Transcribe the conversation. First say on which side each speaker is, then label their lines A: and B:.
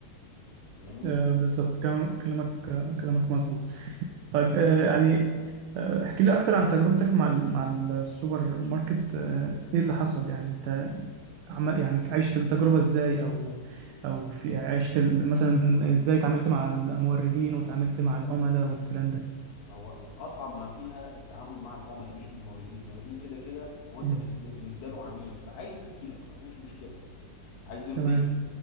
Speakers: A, on the left (about 90°); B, on the right (about 90°).
A: فاهمني
B: آه، بالظبط كلام- كلامك آه، كلامك مظبوط طيب آه، يعني آه، احكي لي اكتر عن تجربتك مع ال- مع السوبر ماركت آه، ايه اللي حصل يعني انت عمل يعني عشت التجربة ازاي او او في عشت ال- مثلا ازاي اتعاملت مع الموردين وتعاملت مع العملاء والكلام ده
A: هو اصعب ما فيها التعامل مع العملاء مش من الموردين الموردين كده كده هو انت
B: مم.
A: بز- بالنسبه له عميل فعايز يديلك ما فيهوش مشكله عايز يرضيك
B: تمام